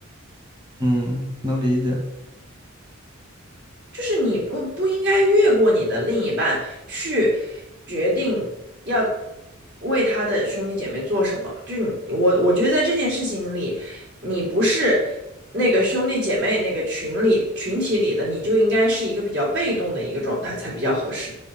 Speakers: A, on the right; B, on the right.
A: 嗯，能理解。
B: 就是你不不应该越过你的另一半去决定要为他的兄弟姐妹做什么。就是你我我觉得在这件事情里，你不是那个兄弟姐妹那个群里群体里的，你就应该是一个比较被动的一个状态才比较合适。